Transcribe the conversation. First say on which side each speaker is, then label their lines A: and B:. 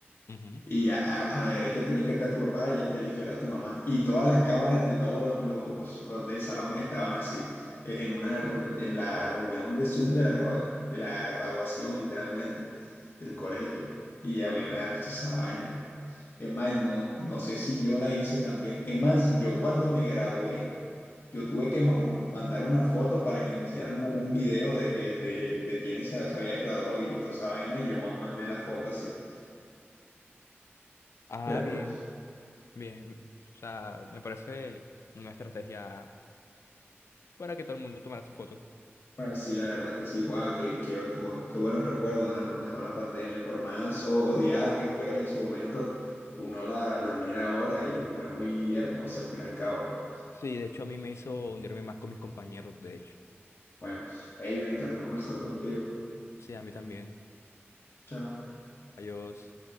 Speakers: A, on the left (about 85°); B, on the left (about 55°).
A: Ujú.
B: Y a, a- a la derecha tenía que estar tu papá y, a y a la izquierda tu mamá. Y todas las cámaras de todos lo- los, los del salón estaban así, e- en una reu- en la reunión de Zoom de la, grava- de la graduación, literalmente, del colegio. Y a mí me da risa esa vaina. Es más, no, no sé si yo la hice también. Es más, yo cuando me gradué, yo tuve que ma- mandar una foto para que me hicieran un, un video de, que, de, de quienes se, se habían graduado y toda esa vaina, y yo ma- mandé la foto así.
A: Ah,
B: Pero.
A: bien, bien. O sea, me parece una estrategia para que todo el mundo tomara su foto.
B: Pues sí, la verdad es que sí, Juan, qué qué que bu- qué buenos recuerdos ah, nos dejó la pandemia, por más o- odiada que fue en su momento, uno la, la mira ahora y fue muy hermosa al fin y al cabo, ¿no?
A: Sí, de hecho a mí me hizo unirme más con mis compañeros, de hecho.
B: Bueno, hey, me encantó conversar contigo.
A: Sí, a mí también.
B: Chao.
A: Adiós.